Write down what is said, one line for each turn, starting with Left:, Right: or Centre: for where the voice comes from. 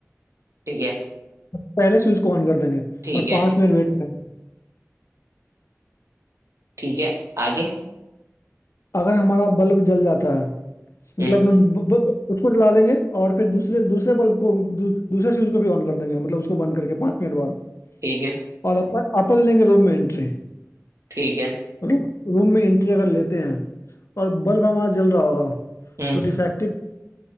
Right: ठीक है
Left: पहले स्विच को ऑन कर देंगे
Right: ठीक
Left: और
Right: है
Left: पाँच मिनट वेट करेंगे
Right: ठीक है आगे
Left: अगर हमारा बल्ब जल जाता है
Right: हम्म
Left: मतलब न- ब- ब- उसको जला देंगे और फिर दूसरे दूसरे बल्ब को दू, दूसरे स्विच को भी ऑन कर देंगे मतलब उसको बंद करके पाँच मिनट बाद
Right: ठीक है
Left: और अपन अपन लेंगे रूम में एंट्री
Right: ठीक है
Left: रूम रूम में एंट्री अगर लेते हैं और बल्ब हमारा जल रहा होगा
Right: हम्म
Left: तो डिफेक्टिव